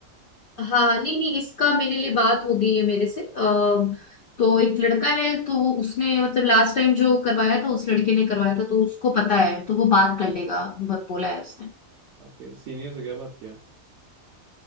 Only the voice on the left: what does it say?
हाँ हाँ, नहीं नहीं इसका मेरे लिए बात हो गई है मेरे से आ, तो एक लड़का है तो वो उसने मतलब लास्ट टाइम जो करवाया था उस लड़के ने करवाया था तो उसको पता है तो वो बात कर लेगा ब- बोला है उसने